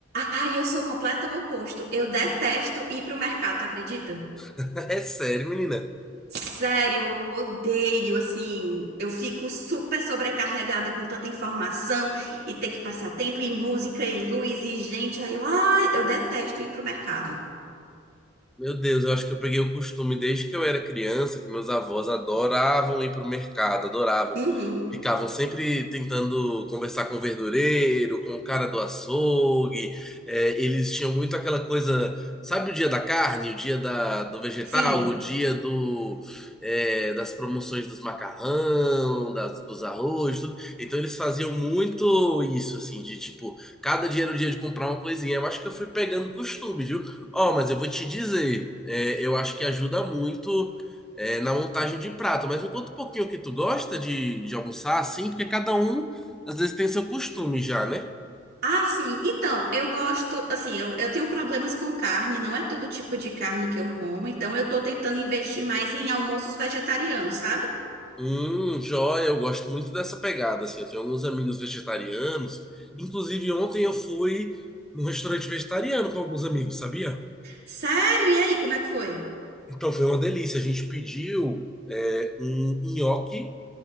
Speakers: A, on the right (about 55°); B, in the centre.
A: Ai, eu sou o completo oposto. Eu detesto ir pro mercado, tu acredita?
B: <laughs> É sério, menina.
A: Sério, eu odeio, assim, eu fico super sobrecarregada com tanta informação e ter que passar tempo e música e luz e gente. Aí eu, ai, eu detesto ir pro mercado.
B: Meu Deus, eu acho que eu peguei o costume desde que eu era criança, que meus avós adoravam ir pro mercado, adoravam.
A: Uhum,
B: Ficavam sempre tentando conversar com o verdureiro, com o cara do açougue. É, eles tinham muito aquela coisa, sabe o dia da carne, o dia da, do vegetal,
A: sim.
B: o dia do, é, das promoções dos macarrão, das, dos arroz, tudo. Então eles faziam muito isso, assim, de tipo, cada dia era o dia de comprar uma coisinha. Eu acho que eu fui pegando costume, viu? Ó, mas eu vou te dizer, é, eu acho que ajuda muito é, na montagem de prato. Mas me conta um pouquinho o que tu gosta de, de almoçar, assim, porque cada um às vezes tem seu costume já, né?
A: Ah, sim. Então, eu gosto, assim, eu, eu tenho problemas com carne, não é todo tipo de carne que eu como, então eu tô tentando investir mais em almoços vegetarianos, sabe?
B: Hum, joia, eu gosto muito dessa pegada, assim. Eu tenho alguns amigos vegetarianos. Inclusive, ontem eu fui num restaurante vegetariano com alguns amigos, sabia?
A: Sério? E aí, como é que foi?
B: Então foi uma delícia. A gente pediu é, um nhoque